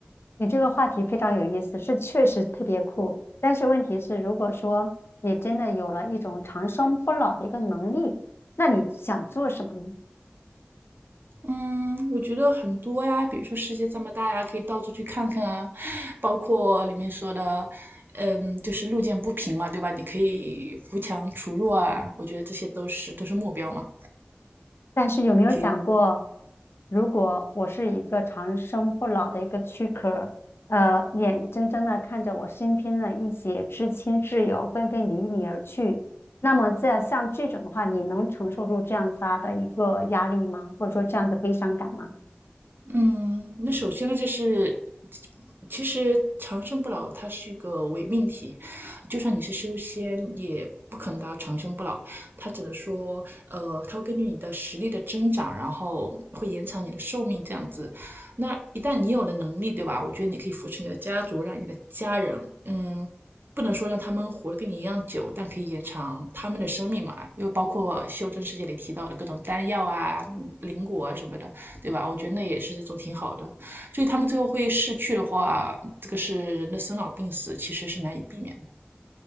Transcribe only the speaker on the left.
你这个话题非常有意思，是确实特别酷。但是问题是，如果说你真的有了一种长生不老的一个能力，那你想做什么呢？
但是有没有想过，
如果我是一个长生不老的一个躯壳，呃，眼睁睁的看着我身边的一些至亲挚友纷纷离你而去，那么在像这种的话，你能承受住这样子大的一个压力吗？或者说这样的悲伤感吗？